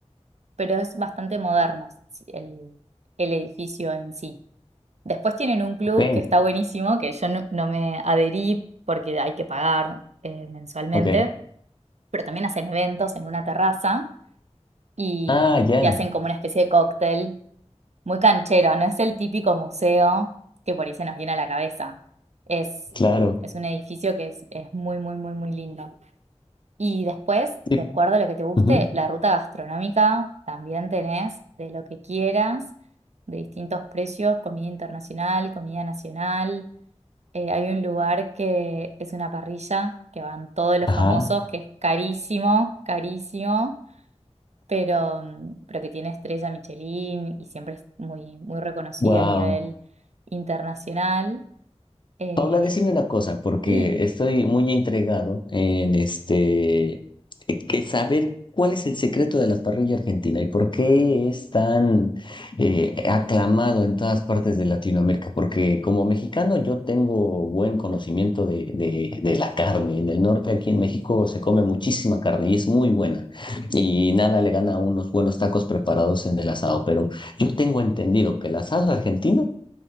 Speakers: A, on the right; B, on the left.
A: pero es bastante moderno sí, el, el edificio en sí. Después tienen un club
B: Ok,
A: que está buenísimo, que yo no, no me adherí porque hay que pagar eh, mensualmente,
B: ok.
A: pero también hacen eventos en una terraza y,
B: Ah, ya,
A: y hacen como una especie de cóctel muy canchero, no es el típico museo que por ahí se nos viene a la cabeza. Es,
B: claro.
A: es un edificio que es, es muy, muy, muy, muy lindo. Y después,
B: Sí.
A: de acuerdo a lo que te guste,
B: Ujú.
A: la ruta gastronómica también tenés de lo que quieras, de distintos precios, comida internacional, comida nacional. Eh, hay un lugar que es una parrilla, que van todos los
B: Ajá,
A: famosos, que es carísimo, carísimo, pero, mm, pero que tiene estrella Michelin y siempre es muy, muy reconocida
B: wow.
A: a nivel internacional. Eh,
B: Paula, decime una cosa, porque
A: sí,
B: estoy muy intrigado en este, eh, que saber cuál es el secreto de la parrilla argentina y por qué es tan eh, aclamado en todas partes de Latinoamérica. Porque como mexicano yo tengo buen conocimiento de, de, de la carne. En el norte, aquí en México, se come muchísima carne y es muy buena. Y nada le gana a unos buenos tacos preparados en el asado. Pero yo tengo entendido que el asado argentino